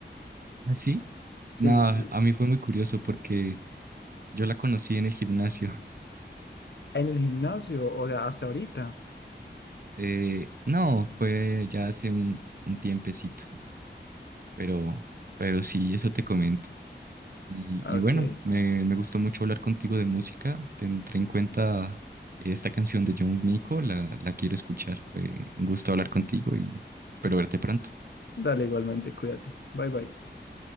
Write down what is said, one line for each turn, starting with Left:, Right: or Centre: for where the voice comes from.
Right: ¿Así?
Left: Sí,
Right: No,
Left: sí, sí.
Right: a mí fue muy curioso porque yo la conocí en el gimnasio. <laughs>
Left: En el gimnasio, o sea, hasta ahorita.
Right: Eh, no, fue ya hace un, un tiempecito, pero, pero sí, eso te comento. Y,
Left: Ok,
Right: y bueno, me, me gustó mucho hablar contigo de música. Tendré en cuenta esta canción de John Mico, la, la quiero escuchar. Fue un gusto hablar contigo y espero verte pronto.
Left: dale igualmente, cuídate. Bye, bye.